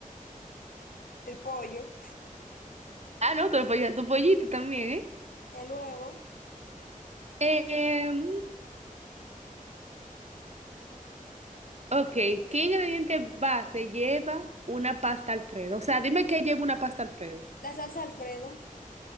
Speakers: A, on the left (about 80°); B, on the right (about 50°).
A: el pollo,
B: Ah, no, te lo puedes llevar tu pollito también, ¿eh?
A: el huevo,
B: Eh, mm, ok, ¿qué ingrediente base lleva una pasta Alfredo? O sea, dime qué lleva una pasta Alfredo.
A: la salsa Alfredo,